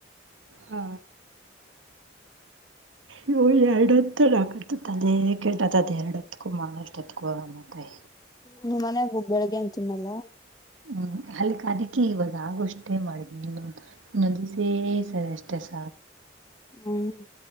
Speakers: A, on the right (about 90°); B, on the left (about 20°).
A: ಹಾ ಇ ಎರಡು ಹತ್ತಕತತ್ ಅದೇ ಕೇಳ್ತತಿ ಅದ ಎರಡು ಹತ್ಕೊ ಮಾಡಳಷ್ಟೊತ್ಕ ಹೋಗಮ್ಮತ್ರಿ
B: ನಿ್ ಮನೆಯಾಗ ಹ ಬೆಳಿಗ್ಗೆ ಅ ತಿನ್ನಲ್ಲ
A: ಹ್ಮ್ ಅಲ್ಲಿಕ್ಕೆ ಅದಕ್ಕೆಿ ಇವಾಗ ಆಗೋಷ್ಟೇ ಮಾಡ ಇ ನ ದಿಸೇ ಸರ್ ಅಷ್ಟೆಸ
B: ಹ್ಮ್